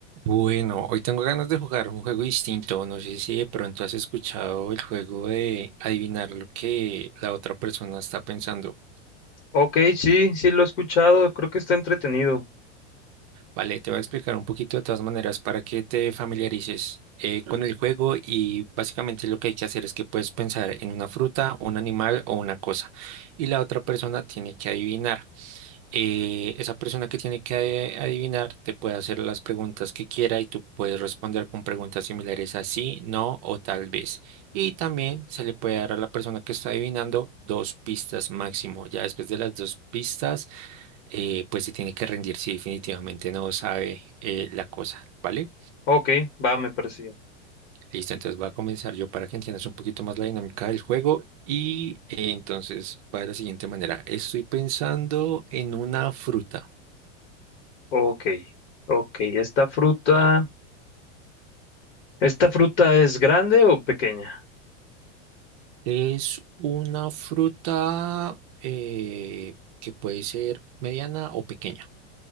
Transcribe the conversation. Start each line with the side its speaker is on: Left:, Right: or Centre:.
Right: Bueno, hoy tengo ganas de jugar un juego distinto. No sé si de pronto has escuchado el juego de adivinar lo que la otra persona está pensando.
Left: Ok, sí, sí lo he escuchado, creo que está entretenido.
Right: Vale, te voy a explicar un poquito de todas maneras para que te familiarices eh, con el juego y básicamente lo que hay que hacer es que puedes pensar en una fruta, un animal o una cosa y la otra persona tiene que adivinar. eh, esa persona que tiene que ade- adivinar te puede hacer las preguntas que quiera y tú puedes responder con preguntas similares a sí, no o tal vez. Y también se le puede dar a la persona que está adivinando dos pistas máximo. Ya después de las dos pistas, eh, pues se tiene que rendir si definitivamente no sabe eh, la cosa, ¿vale?
Left: Ok, va, me parece bien.
Right: Listo, entonces voy a comenzar yo para que entiendas un poquito más la dinámica del juego y eh, entonces va de la siguiente manera. Estoy pensando en una fruta.
Left: Ok, ok, esta fruta, ¿esta fruta es grande o pequeña?
Right: Es una fruta eh, que puede ser mediana o pequeña.